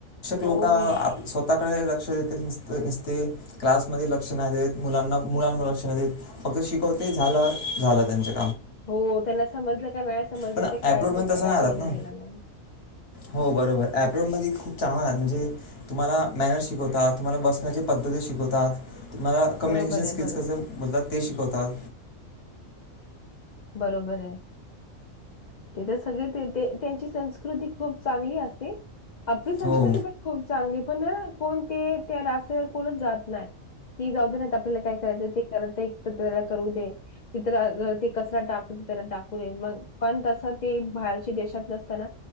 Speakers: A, on the left; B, on the left.
A: हो,
B: लो का स्वतः कडे लक्ष देते निसत नसते क्लासमध्ये लक्ष नाही देत मुलांना मुलांमध्ये लक्ष नाही देत फक्त शिकवते झालं झालं त्यांच्या
A: हो त्यांना समजलं का नाही समजलं
B: पण
A: ते
B: ॲब्रॉडमध्ये
A: काय त्यांना
B: तसं नाही
A: काही
B: राहत
A: घेण
B: ना
A: येणार नाही
B: हो बरोबर ऍपलोड मध्ये खूप चांगला तुम्हाला मेहनत शिकवतात तुम्हाला बसण्याची पद्धती शिकवतात मला कम्युनिकेशन
A: बरोबर आहे,
B: स्किल्स
A: बरो
B: कसे बदतात ते शिकवतात
A: बरोबर आहे तिथे सगळे ते त्यांची संस्कृती खूप चांगली असते आपली संस्कृती
B: हो
A: पण खूप चांगली पण हा कोण ते त्या रस्त्यावर कोणच जात नाही कि जाऊ दे नाही आपल्याला काय करायचं ते करत आहे तर त्याला करू दे तथ ते कचरा टाक त्याना टाकू दे मग पण तस ते बाहेरच्या देशात नसताना